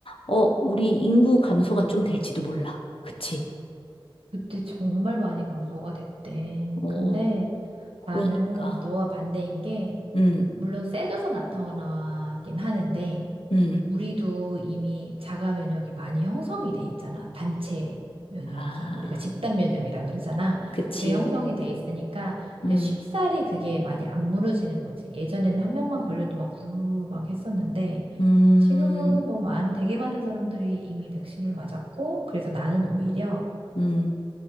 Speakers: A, on the left (about 85°); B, on the right (about 85°).
A: 어, 우리 인구 감소가 좀 될지도 몰라. 그치?
B: 그때 정말 많이 감소가 됐대.
A: 어,
B: 근데
A: 그러니까.
B: 나는 너와 반대인 게,
A: 음,
B: 물론 세져서 나타나긴 하는데,
A: 음.
B: 우리도 이미 자가 면역이 많이 형성이 돼 있잖아. 단체 면역이.
A: 아,
B: 우리가 집단 면역이라 그러잖아.
A: 그치.
B: 그게 형성이 돼 있으니까
A: 음,
B: 이제 쉽사리 그게 많이 안 무너지는 거지. 예전에는 한 명만 걸려도 막 우르르 막 했었는데,
A: 음,
B: 지금은 뭐 많은, 되게 많은 사람들이 이미 백신을 맞았고, 그래서 나는 오히려
A: 음,